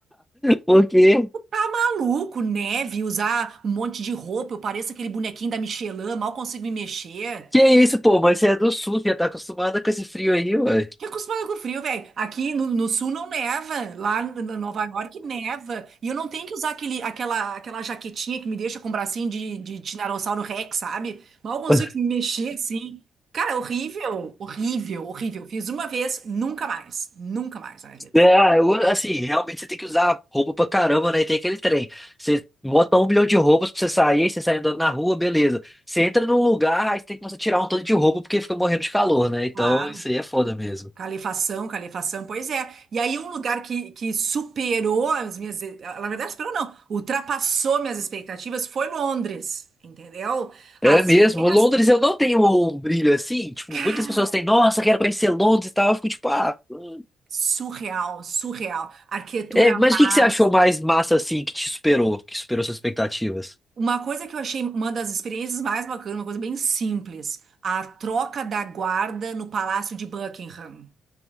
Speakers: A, in the centre; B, on the right.
A: Porque,
B: Tá maluco, neve, usar um monte de roupa, eu pareço aquele bonequinho da Michelin, mal consigo me mexer.
A: que isso, pô, mas você é do sul, já tá acostumada com esse frio aí, ué.
B: Que acostumado com o frio, velho. Aqui no, no sul não neva, lá em Nova York neva. E eu não tenho que usar aquele, aquela, aquela jaquetinha que me deixa com o bracinho de, de Tiranossauro Rex, sabe? Mal consigo
A: <laughs>
B: me mexer assim. Cara, horrível, horrível, horrível. Fiz uma vez, nunca mais, nunca mais na minha vida.
A: É, ah, eu, assim, realmente você tem que usar roupa pra caramba, né? E tem aquele trem. Você bota um milhão de roupas pra você sair, aí você sai andando na rua, beleza. Você entra num lugar, aí você tem que começar a tirar um tanto de roupa porque fica morrendo de calor, né? Então
B: Claro.
A: isso aí é foda mesmo.
B: Calefação, calefação, pois é. E aí um lugar que, que superou as minhas, na verdade superou não, ultrapassou minhas expectativas foi Londres, entendeu?
A: É
B: As
A: mesmo.
B: festas,
A: Londres eu não tenho um brilho assim. Tipo,
B: cara,
A: muitas pessoas têm, nossa, quero conhecer Londres e tal. Eu fico tipo, ah. hum.
B: surreal, surreal. Arquitetura
A: É, mas
B: massa.
A: o que que você achou mais massa assim que te superou, que superou suas expectativas?
B: uma coisa que eu achei uma das experiências mais bacanas, uma coisa bem simples, a troca da guarda no Palácio de Buckingham.